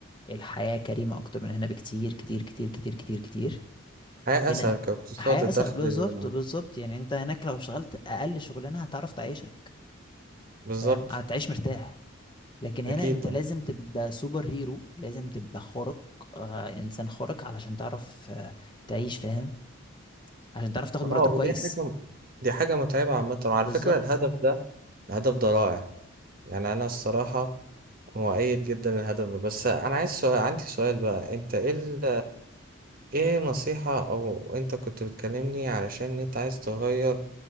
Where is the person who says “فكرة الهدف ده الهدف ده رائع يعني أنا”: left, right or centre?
Right